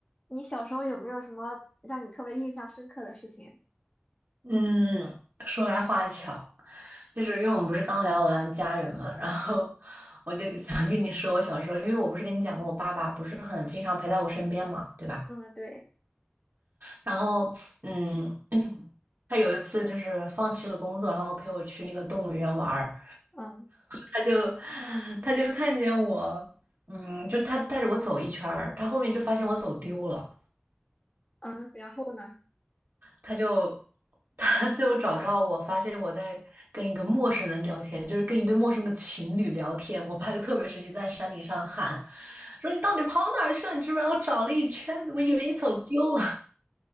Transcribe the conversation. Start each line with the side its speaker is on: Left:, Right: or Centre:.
Left: 你小时候有没有什么让你特别印象深刻的事情？
Right: 嗯，说来话巧，就是因为我们不是刚聊完家人嘛，然后我就想跟你说，我小时候，因为我不是跟你讲过，我爸爸不是很经常陪在我身边嘛，对吧？
Left: 嗯，对，
Right: 然后，嗯，<clears throat> 他有一次就是放弃了工作，然后陪我去那个动物园玩儿
Left: 嗯
Right: 他就他就看见我，嗯，就他带着我走一圈儿他后面就发现我走丢了。
Left: 嗯，然后呢？
Right: 他就他最后找到我，发现我在跟一个陌生人聊天，就是跟一对陌生的情侣聊天。我爸就特别生气，在山顶上喊说：“你到底跑哪儿去了？你知不知道？我找了一圈，我以为你走丢了。